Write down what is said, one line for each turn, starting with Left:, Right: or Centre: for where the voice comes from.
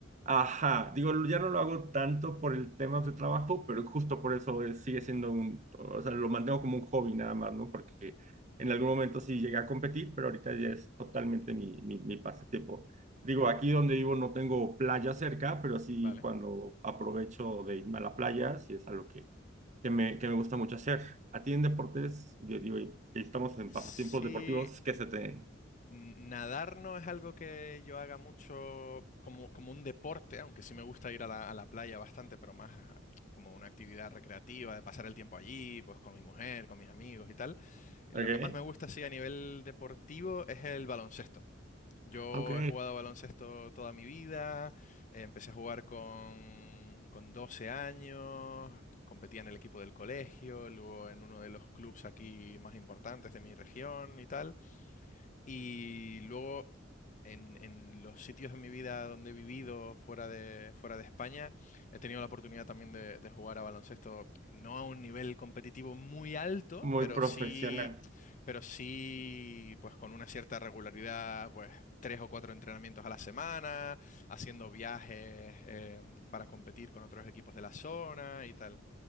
Right: Ajá, digo, ya no lo hago tanto por el tema de trabajo, pero justo por eso eh, sigue siendo un, o sea, lo mantengo como un hobby nada más, ¿no? Porque en algún momento sí llegué a competir, pero ahorita ya es totalmente mi, mi, mi pasatiempo. Digo, aquí donde vivo no tengo playa cerca, pero sí
Left: Vale.
Right: cuando aprovecho de irme a la playa, sí es algo que, que me, que me gusta mucho hacer. A ti en deportes, yo digo, y- y estamos en
Left: Sí,
Right: pasatiempos deportivos, ¿qué se te...?
Left: N- Nadar no es algo que yo haga mucho como, como un deporte, aunque sí me gusta ir a la, a la playa bastante, pero más ah, como una actividad recreativa, de pasar el tiempo allí, pues con mi mujer, con mis amigos y tal. Lo
Right: ¿Ok?
Left: que más me gusta, sí, a nivel deportivo es el baloncesto. Yo
Right: Ok,
Left: he jugado baloncesto toda mi vida, eh, empecé a jugar con, con 12 años, competía en el equipo del colegio, luego en uno de los clubes aquí más importantes de mi región y tal. Y luego en, en los sitios de mi vida donde he vivido fuera de, fuera de España, he tenido la oportunidad también de, de jugar a baloncesto, no a un nivel competitivo muy alto,
Right: muy
Left: pero
Right: profesional.
Left: sí, pero sí, pues con una cierta regularidad, pues tres o cuatro entrenamientos a la semana, haciendo viajes em, para competir con otros equipos de la zona y tal.